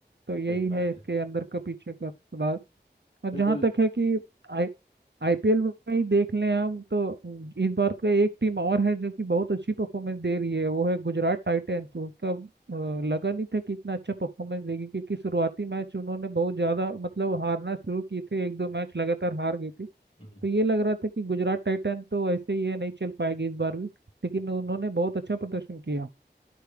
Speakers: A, on the right; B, on the left.
A: तो यही
B: सही बात
A: है इसके
B: है
A: अंदर का पीछे का राज और
B: बिल्कुल
A: जहाँ तक है कि आईपीएल में ही देख लें हम तो इस बार का एक टीम और है जो कि बहुत अच्छी परफॉर्मेंस दे रही है वो है गुजरात टाइटंस उसका अ, लगा नहीं था कि इतना अच्छा परफॉर्मेंस देगी क्योंकि शुरुआती मैच उन्होंने बहुत ज़्यादा मतलब हारना शुरू किए थे एक दो मैच लगातार हार गई थी
B: हम्म।
A: तो ये लग रहा था कि गुजरात टाइटन तो ऐसे ही है नहीं चल पाएगी इस बार भी लेकिन उन्होंने बहुत अच्छा प्रदर्शन किया